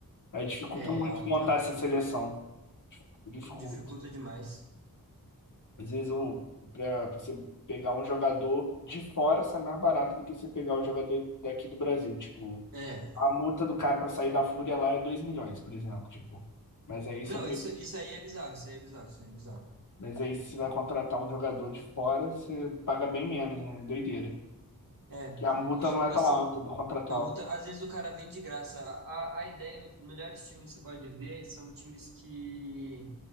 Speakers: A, on the left (about 55°); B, on the right (about 65°).
A: aí dificulta
B: É,
A: muito
B: é alto,
A: montar
B: é alto.
A: essa seleção, dificulta.
B: Dificulta demais.
A: Às vezes o, pra, pra você pegar um jogador de fora sai mais barato do que você pegar o jogador daqui do Brasil, tipo,
B: É.
A: a multa do cara pra sair da Fúria lá é 2 milhões, por exemplo, tipo. Mas aí
B: Não,
A: se eu
B: isso, isso aí é bizarro, isso aí é bizarro, isso aí é bizarro.
A: Mas aí, se vai contratar um jogador de fora, você paga bem menos, né? Doideira.
B: É.
A: Que a multa
B: E,
A: não
B: tipo
A: é tão
B: assim,
A: alta do contratual.
B: a multa, às vezes o cara vem de graça. A, a, a ideia, os melhores times que você pode ver são times que,